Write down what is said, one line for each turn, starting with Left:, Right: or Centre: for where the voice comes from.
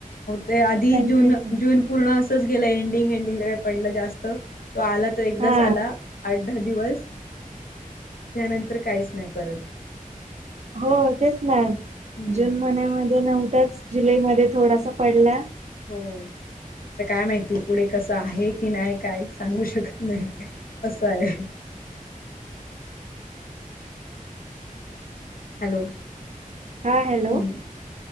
Left: ते आधी
Right: कंटिन्यू
Left: जून जून पूर्ण असंच गेलं एंडिंग एंडिंगला काही पड जास्त तो आला तो एकदाच
Right: हा
Left: आला आठ दहा दिवस त्यानंतर काहीच नाही परत
Right: हो तेच ना
Left: हम्म
Right: जून महिन्यामध्ये नव्हताच जुलैमध्ये थोडासा पडला
Left: हो आता काय माहिती पुढे कसं आहे की नाही काय सांगू शकत नाही असं आहे हॅलो
Right: हा हॅलो
Left: हम्